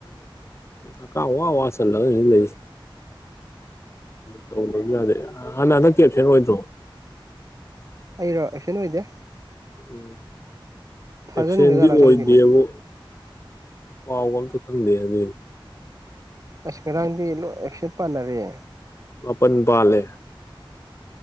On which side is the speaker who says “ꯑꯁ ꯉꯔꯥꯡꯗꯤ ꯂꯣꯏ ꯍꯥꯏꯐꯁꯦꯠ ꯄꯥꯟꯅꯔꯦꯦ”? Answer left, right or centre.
Right